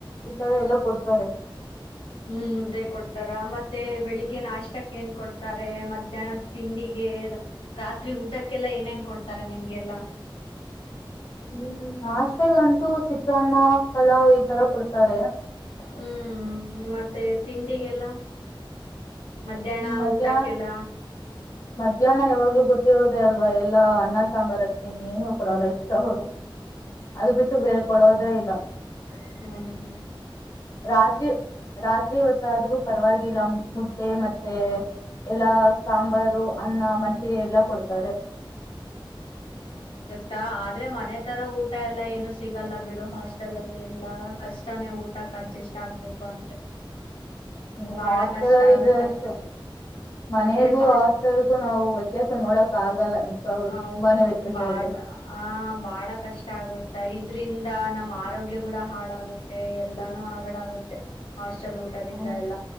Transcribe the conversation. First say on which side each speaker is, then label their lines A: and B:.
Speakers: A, on the left; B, on the left.
A: ಈ ತರ ಎಲ್ಲ ಕೊಡ್ತಾರೆ.
B: ಹ್ಮ ಮುದ್ದೆ ಕೊಡ್ತಾರ ಮತ್ತೆ ಬೆಳಿಗ್ಗೆ ನಾಷ್ಟಕ್ಕ ಏನ್ ಕೊಡ್ತಾರೆ ಮಧ್ಯಾಹ್ನ ತಿಂಡಿಗೆ ರಾತ್ರಿ ಊಟಕ್ಕೆಲ್ಲ ಏನೇನ್ ಕೊಡ್ತಾರ ನಿಮ್ಗೆಲ್ಲ
A: ಹ್ಮ್ನಾಷ್ಟಾಗಂತೂ ಚಿತ್ರಾನ್ನ ಪಲಾವ್ ಈ ತರ ಕೊಡ್ತಾರೆ.
B: ಹ್ಮ ಮತ್ತೆ ತಿಂಡಿಗೆಲ್ಲ ಮಧ್ಯಾಹ್ನ
A: ಮಧ್ಯಾಹ್ನ
B: ಊಟಕ್ಕೆಲ್ಲ
A: ಮಧ್ಯಾಹ್ನ ಯಾವಾಗ್ಲೂ ಗೊತ್ತಿರೋದೇ ಅಲ್ವಾ ಎಲ್ಲಾ ಅನ್ನ ಸಾಂಬಾರ್ ಅಷ್ಟೇ ಇನ ಏನು ಕೊಡಲ್ಲ ಎಕ್ಸ್ಟ್ರಾ ಅವರು ಅದು ಬಿಟ್ಟು ಬೇರೆ ಕೊಡೋದೇ ಇಲ್ಲ.
B: ಹ್ಮ.
A: ರಾತಿ ರಾತ್ರಿ ಹೊತ್ತಾದ್ರೂ ಪರವಾಗಿಲ್ಲ ಮುದ್ದೆ ಮತ್ತೆ ಎಲ್ಲಾ ಸಾಂಬಾರ್ ದು ಅನ್ನ ಮಜ್ಜಿಗೆ ಎಲ್ಲ ಕೊಡ್ತಾರೆ.
B: ತಾ ಆದ್ರೆ ಮನೆ ತರ ಊಟ ಎಲ್ಲಾ ಏನು ಸಿಗಲ್ಲ ಬಿಡು ಹಾಸ ತಲ್ಲಿ ಎಲ್ಲಾ ಕಷ್ಟಾನೇ ಊಟಕ ಅಡ್ಜಸ್ಟ್ ಆಗ್ಬೇಕು ಅಂದ್ರೆ
A: ಹ್ಮ
B: ಬಾಳ
A: ಹಾಸ್ಟೆಲ್
B: ಕಷ್ಟ
A: ಅಲ್ಲಿ
B: ಆಗುತ್ತ
A: ಇದ್ರೆ ಅಷ್ಟೇ. ಮನೆಗೂ
B: ಅದೇ ಹಾಸ್
A: ಹಾಸ್ಟೆಲ್ಗೂ ನಾವು ವ್ಯತ್ಯಾಸ ನೋಡಕ್ ಆಗಲ್ಲ ನಿಜವಾಗ್ಲು
B: ಹೌದು
A: ತುಂಬಾನೇ ವ್ಯತ್ಯಾಸ
B: ಬಾಳ
A: ಇದೆ.
B: ಆ ಬಾಳ ಕಷ್ಟ ಆಗುತೈದ್ ಇದ್ರಿಂದ ನಮ್ ಆರೋಗ್ಯ ಕೂಡ ಹಾಳಾಗುತ್ತೆ ಎಲ್ಲಾನು ಆಗಳಾಗುತ್ತೆ. ಹಾಸ್ಟೆಲ್ ಊಟದಿಂದ
A: ಹ್ಮ್
B: ಎಲ್ಲ.